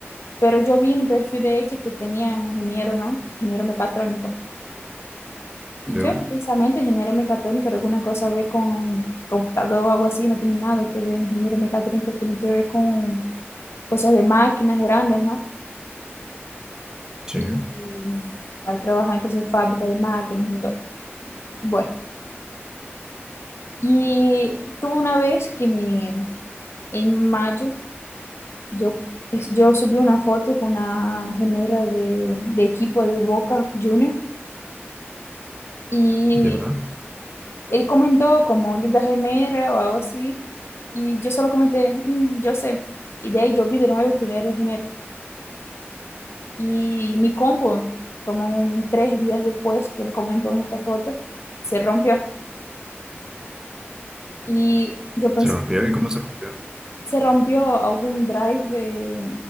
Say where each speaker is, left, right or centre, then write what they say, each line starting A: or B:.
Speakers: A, on the left; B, on the right.
A: Pero yo vi en el perfil de ella que tenía ingeniero, ¿no? Ingeniero mecatrónico. Y
B: Ya,
A: yo en mi pensamiento, ingeniero mecatrónico, era alguna cosa ve con computador o algo así, no tiene nada que ver. Ingeniero mecatrónico tiene que ver con cosas de máquinas grandes, ¿no?
B: sí,
A: Y, y para trabajar en cosas de fábrica de máquinas y todo. Bueno. Y tuve una vez que me, en mayo yo, es- yo subí una foto con una gemera de, de equipo de Boca Junior y
B: ya.
A: él comentó como linda gemera o algo así y yo solo comenté, "Mm, yo sé. Y de ahí yo vi de nuevo quién era el género. Y mi compu, como un tres días después que él comentó en esta foto, se rompió. Y yo pensé,
B: Se rompió y cómo se rompió.
A: se rompió algún drive, eh,